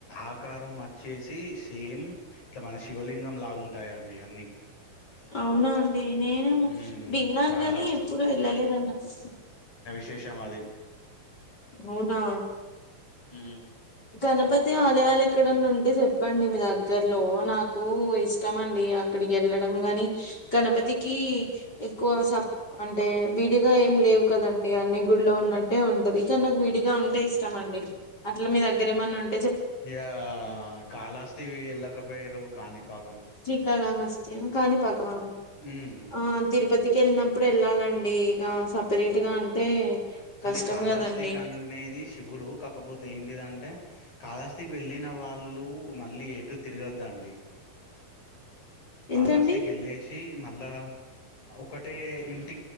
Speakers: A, on the left; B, on the left.
A: ఆకారం వచ్చేసి సేమ్ ఇట్లా మన శివలింగం లాగా ఉంటాయంండి అన్ని
B: అవునా అది నేను
A: ఉమ్
B: విన్నాను
A: చాలా
B: గాని ఎప్పుడు వెళ్ళలేదున్నకు
A: శేష మాదిరి
B: అవునా
A: హ
B: గణపతి తే ఆలయాలు ఎక్కడన్నా ఉంటే చెప్పండి మీ దగ్గర్లో నాకు ఇష్టమ అండి అక్కడికి వెళ్ళడం గాని గణపతికి ఎక్కువ సప్ అంటే విడిగా ఏం లేవు కదండి అన్ని గులో ఉన్నట్టే ఉంటది కానీ నాకు విడిగా ఉంటే ఇష్టమ అండి అట్లా మీ దగ్గర మీరేమనన్
A: ఇగా కాలస్తివి ఎళ్లకపోయిర్రు కాణిపాకం
B: కాళహస్తి అని కాణి పాకమా
A: ఉమ్
B: ఆ తిరుపతి తి కెళ్ళినప్పుడు వెళ్ళాలండి ఇక సపరేట్ గా అంటే
A: అంటే
B: కష్టం
A: కాళాస్తిక
B: కదండి
A: అనేది శివుడు కాకపోతే ఏంటిదంటే కాళాస్తికి వెళ్ళిన వాళ్ళు మళ్ళీ ఎటు తిరగద్దండి కాళాస్తి
B: ఎందుకండి
A: కెల్లేసి మ మళ్ళ ఒకటే ఇంటి